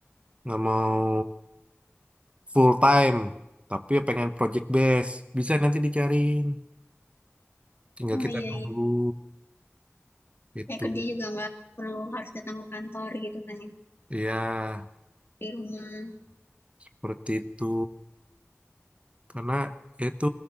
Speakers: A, on the right; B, on the left.
A: nggak mau full time tapi pengen project base bisa nanti dicariin tinggal
B: Oh
A: kita
B: iya
A: nunggu
B: iya.
A: itu
B: Kayak kerja juga nggak perlu harus datang ke kantor gitu kan ya.
A: ya
B: Di rumah.
A: seperti itu Karena itu